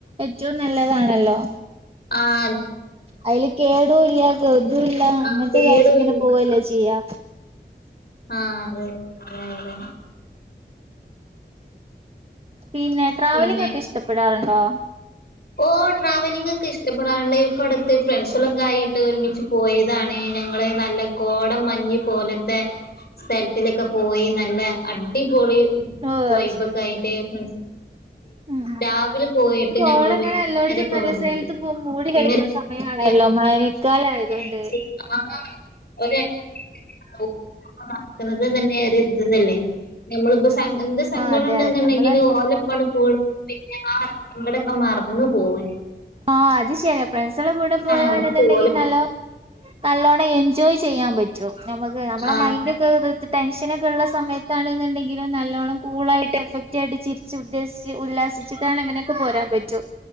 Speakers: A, on the right; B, on the left.
A: ഏറ്റവും നല്ല നല്ലതാണല്ലോ.
B: ആ
A: അയില് കേടുമില്ലാ ഗതൂല്ലാ
B: ആഹ്
A: അങ്ങനത്തെതായിട്ട്
B: കേടുല്ല
A: ഇങ്ങനെ പോവല്ലേ ചെയ്യാ
B: ആ അതെ അത അതെ
A: പിന്നെ ട്രാവലിങ്ങ്
B: പിന്നെ
A: ഒക്കെ ഇഷ്ടപ്പെടാറുണ്ടോ?
B: ഓ ട്രാവലിങ്ങ് ഒക്കെ ഇഷ്ടപ്പെടാറിണ്ട്. ഇപ്പൊ അടുത്ത് ഫ്രണ്ട്സൊക്കെ ആയിട്ട് ഒരുമിച്ച്. പോയതാണ് ഞങ്ങള് നല്ല കോടം മഞ്ഞ് പോലത്തെ സ്ഥലത്തിലൊക്കെ പോയി. നല്ല അടിപൊളി
A: ഓഹ്
B: വൈബൊക്കെ
A: ഇഷ്
B: ആയിട്ട് ഫ്രണ്ട്സ്
A: ഉം
B: രാവിലെ പോയിട്ട്
A: കോടങ്ങനെ
B: ഞങ്ങള് ങ്ങരൊക്കെ
A: എല്ലോടത്തും
B: <unintelligible>
A: നല്ല സേലത്ത് പോ മൂടി കെടക്കുന്ന സമയാണല്ലോ മഴക്കാലായതുകൊണ്ട്
B: <inaudible> ഒരു <unintelligible> ഒക്കുന്നത് തന്നെ ഇതല്ലേ നമ്മളിപ്പോ എന്ത് സങ്കടിണ്ടെന്നുണ്ടെങ്കില്
A: ആഹ് അതെ അതെ നമ്മളെ
B: ഓലിപ്പണ സ് പിന്നെ ആ സങ്കടൊക്കെ മറന്നു പോക
A: ആ അത് ശെരി അ ഫ്രണ്ട്സിൻ്റെ കൂടെ പോകാണ്ടെന്നുണ്ടെങ്കി
B: നമ്മക്ക് ഓലെ
A: നല്ലോ നല്ലോണ്ണം എൻജോയ് ചെയ്യാൻ പറ്റും. നമുക്ക് നമ്മളെ
B: ആഹ്
A: മൈൻഡൊക്കെ ടെൻഷനൊക്കെ ഉള്ള സമയത്താണ്ണെന്നുണ്ടെങ്കിലും. നല്ലോണ്ണം കൂളായിട്ട് എഫക്റ്റ് ആയിട്ട് ചിരിച്ച്ട്ട് <unintelligible> ഉല്ലാസിച്ചിട്ടാണ് അങ്ങനെയൊക്കെ പോരാൻ പറ്റും.